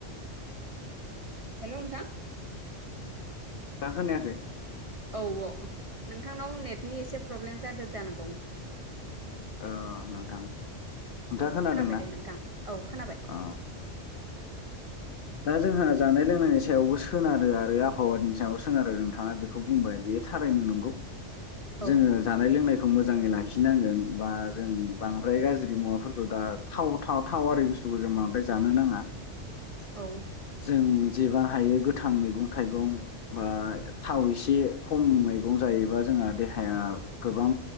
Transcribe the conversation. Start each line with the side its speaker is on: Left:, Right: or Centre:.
Right: हेलौ नोंथां।
Left: मा खोनायाखै?
Right: औ औ नोंथांनाव नेटनि एसे प्रब्लेम जादो जानांगौ।
Left: अ नोंथां। नोंथाङा
Right: औ
Left: खोनादोंना
Right: खोनाबाय दे नोंथां औ खोनाबाय।
Left: औ दा जोंहा जानाय लोंनायनि सायावबो सोनारो आरो आबहावानि सायाव सोनारो नोंथाङा बेखौ बुंबाय बेयो थारोयनो नंगौ।
Right: औ
Left: जोङो जानाय लोंनाय खौ मोजाङै लाखिनांगोन बा जों बांद्राय गाज्रि मुवाफोरखौ दा थाव थाव थावारि बुस्थुखौ जों बांद्राय जानो नाङा।
Right: औ।
Left: जों जेबा हायो गोथां मैगं थाइगं बा थाव एसे खम मैगं जायोबा जोंहा देहाया गोबां